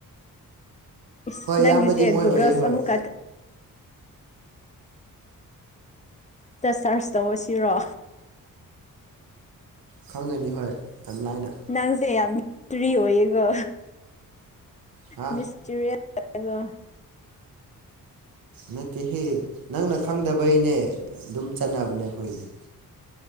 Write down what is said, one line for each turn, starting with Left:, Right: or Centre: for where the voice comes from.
Left: ꯏꯁ
Right: ꯍꯣꯏ
Left: ꯅꯪꯒꯤꯁꯦ
Right: ꯏꯌꯥꯝꯕꯗꯤ ꯃꯣꯏ
Left: ꯒꯨꯒꯜꯁ
Right: ꯑꯣꯏꯌꯦ ꯍꯣꯏ꯫
Left: ꯑꯃꯨꯛꯀ ꯇꯦꯆꯔꯁ ꯇꯧꯔꯁꯤꯔꯣ꯫
Right: ꯈꯪꯒꯅꯤ ꯍꯣꯏ ꯌꯥꯝ ꯂꯥꯏꯅ
Left: ꯅꯪꯖꯦ ꯌꯥꯝꯅ ꯐꯔꯤ ꯑꯣꯏꯌꯦꯒꯣ꯫
Right: ꯍꯥ
Left: ꯃꯤꯁꯇꯔꯤꯌꯥꯁ ꯑꯒ꯫
Right: ꯅꯠꯇꯦꯍꯦ ꯅꯪꯅ ꯈꯪꯗꯕꯩꯅꯦ ꯑꯗꯨꯝ ꯆꯠꯅꯕꯅꯦ ꯑꯩꯈꯣꯏꯒꯤꯗꯤ꯫